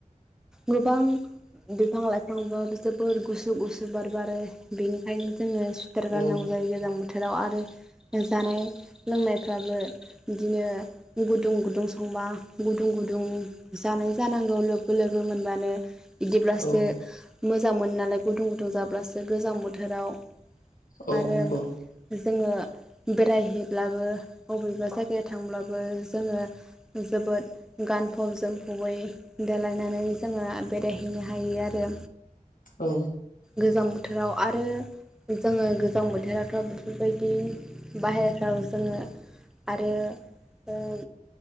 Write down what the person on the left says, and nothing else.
औ
औ
औ
नंगौ
औ।